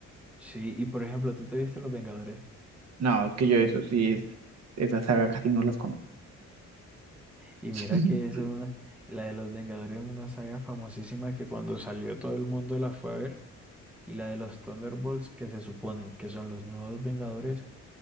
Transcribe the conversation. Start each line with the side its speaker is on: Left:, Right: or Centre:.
Centre: Sí, y por ejemplo, tú te viste Los Vengadores,
Right: No, es que yo eso sí es, esa saga casi no las conozco.
Centre: y
Right: <laughs>
Centre: mira que es una, la de los Vengadores es una saga famosísima que cuando salió todo el mundo la fue a ver, y la de los Thunderbolts, que se supone que son los nuevos Vengadores.